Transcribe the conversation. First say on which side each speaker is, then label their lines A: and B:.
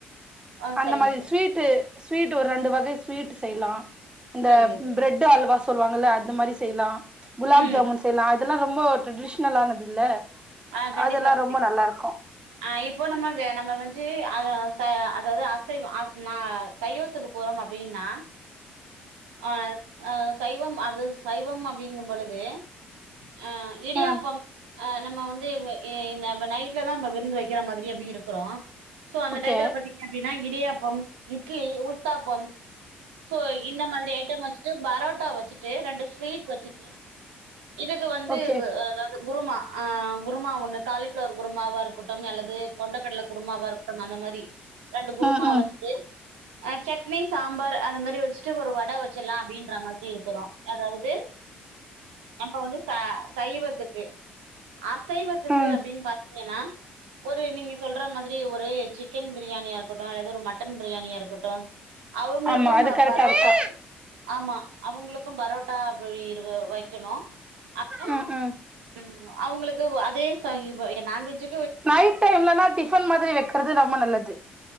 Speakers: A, on the right; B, on the right.
A: ஆ
B: அந்த
A: சரிங்க
B: மாரி
A: தோழி
B: ஸ்வீட்டு ஸ்வீட் ஒரு ரெண்டு வகை ஸ்வீட் செய்லா இந்த
A: சரிங்க தோழி
B: பிரெட் அல்வா சொல்லுவாங்கல்ல அந்த மாரி செய்லா குலாப்
A: ம்
B: ஜாமுன் செய்லா அத லா ரொம்போ ட்ரெடிஷ்னலானது இல்ல
A: ஆ கண்டிப்பா
B: அதெல்லா
A: கண்டிப்பா
B: ரொம்ப நல்லா இருக்கு
A: ஆ இப்போ நம்ம நம்ம வந்து அத அதாவது அசைவ அ நா சைவத்துக்கு போறோம் அப்டின்னா ஆ ஆ சைவம் அது சைவம் அப்டிங்கும் பொழுது ஆ இடியாப்பம்
B: ம்
A: ஆ நம்ம வந் இது ஏ வ் நெ நைட்ல தா விருந்து வைக்கிற மாரி அப்பீ இருக்கிறோ சோ அந்த
B: ஓகே
A: டயத்துல பாத்திங் அப்டின்னா இடியாப்பம் இட்லி உத்தாப்பம் ஸோ இந்த மாதிரி ஐட்டம் வெச்சுட்டு பரோட்டா வெச்சுட்டு ரெண்டு ஸ்வீட் வெச்சு நீ இதுக்கு வந்து
B: ஓகே
A: ஆ வ்வா அதாவது குருமா அ குரும ஒண்ணு காலிப்ளவர் குருமாவா இருக்கட்டூ அல்லது கொண்டக்கடல குருமாவா இருக்கட்டூ அந்த மாரி ரெண்டு குருமாவ
B: ம் ம்
A: வெச்சுட்டு ஆ செட்னி சாம்பார் அந்த மாரி வெச்சுட்டு ஒரு வட வச்சிற்லா அப்டின்ற மாதிரி இருக்கிறோ அதாவது நம்ப வந்து ச சைவத்துக்கு அசைவத்துக்கு
B: ம்
A: அப்டின் பாத்தீங்கன்னா ஒரு நீங்க சொல்ற மாதிரி ஒரு சிக்கன் பிரியாணியா இருக்கட்டூ அல்லது ஒரு மட்டன் பிரியாணியா இருக்கட்டூ அவுங்களுக்கூ
B: ஆமா அது கரெக்டா
A: பரோட்டா
B: இருக்கு
A: ஆமா அவுங்களுக்கூ பரோட்டா அப்டி இ வைக்கணோ அ டுத்து
B: ம் ம்
A: ம் அவுங்களுக்கு அதே செய்யயூ நான் வெஜ்ஜு
B: நைட் டைம்லனா டிஃபன் மாதிரி வைக்கிறது ரொம்ப நல்லது